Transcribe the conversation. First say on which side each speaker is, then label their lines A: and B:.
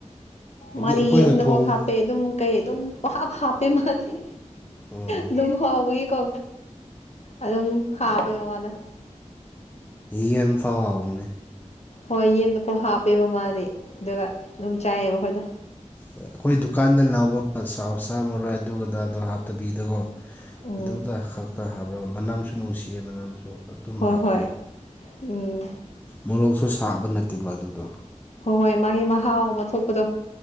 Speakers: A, on the left; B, on the left.
A: ꯍꯥꯏꯕꯗꯤ
B: ꯃꯥꯗꯤ
A: ꯑꯩꯈꯣꯏꯅ
B: ꯌꯦꯟꯗꯕꯛ
A: ꯊꯣꯡꯕ
B: ꯍꯥꯞꯄꯦ ꯑꯗꯨꯝ ꯀꯩ ꯑꯗꯨꯝ ꯄꯍꯥꯞ ꯍꯥꯞꯄꯦ ꯃꯥꯗꯤ
A: ꯑꯥ
B: ꯑꯗꯨꯝ ꯍꯥꯎꯕꯒꯤꯀꯣ ꯑꯗꯨꯝ ꯍꯥꯞꯄꯦꯕ ꯃꯥꯗꯨ
A: ꯌꯦꯟ ꯐꯥꯎ ꯍꯥꯎꯕꯅꯦ
B: ꯍꯣꯏ ꯌꯦꯟꯗꯐꯧ ꯍꯥꯞꯄꯦꯕ ꯃꯥꯗꯤ ꯑꯗꯨꯒ ꯑꯗꯨꯝ ꯆꯥꯏꯌꯦꯕ ꯑꯈꯣꯏꯗꯣ
A: ꯍꯣꯏ ꯑꯩꯈꯣꯏ ꯗꯨꯀꯥꯟꯗ ꯂꯥꯎꯕ ꯁꯥ ꯁꯥꯃꯔꯣꯏ ꯑꯗꯨ ꯑꯗꯗꯣ ꯍꯥꯞꯇꯕꯤꯗꯀꯣ
B: ꯎꯝ
A: ꯑꯗꯨꯗ ꯈꯛꯇ ꯍꯥꯞꯂꯒ ꯃꯅꯝꯁꯨ ꯅꯨꯡꯁꯤꯌꯦ ꯃꯅꯝꯁꯨ ꯑꯗꯨꯝ
B: ꯍꯣꯏ
A: ꯍꯥꯎꯋꯦꯗ
B: ꯍꯣꯏ ꯎꯝ
A: ꯃꯣꯔꯣꯛꯁꯨ ꯁꯥꯕ ꯅꯠꯇꯦꯕ ꯑꯗꯨꯗꯣ
B: ꯍꯣꯏ ꯍꯣꯏ ꯃꯥꯒꯤ ꯃꯍꯥꯎ ꯑꯃ ꯊꯣꯛꯄꯗꯣ